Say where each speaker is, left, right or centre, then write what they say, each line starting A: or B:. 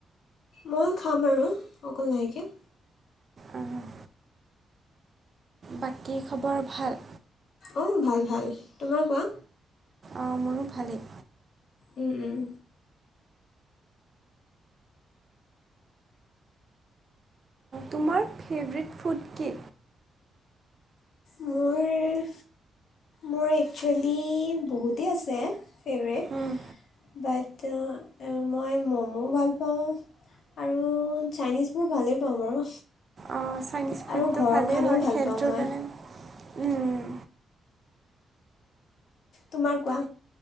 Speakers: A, on the left (about 65°); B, on the right (about 35°).
A: ময়ো খাম আৰু অকন লাহেকে।
B: অঁ, বাকী খবৰ ভাল?
A: অ ভাল ভাল। তোমাৰ কোৱা?
B: অ মোৰো ভালেই।
A: উম উম
B: তোমাৰ ফেভৰেট ফুড কি?
A: মোৰ মোৰ একচুৱেলি বহুতেই আছে। ফেভৰেট।
B: উম,
A: বাট মই ম'মো ভাল পাওঁ আৰু চাইনিজবোৰ ভালেই পাওঁ বাৰু।
B: অ চাইনিজ ফুডটো
A: আৰু ঘৰৰ
B: ভালেই
A: খানাও
B: হয়,
A: ভাল
B: হেল্থৰ
A: পাওঁ মই
B: কাৰণে উম,
A: তোমাৰ কোৱা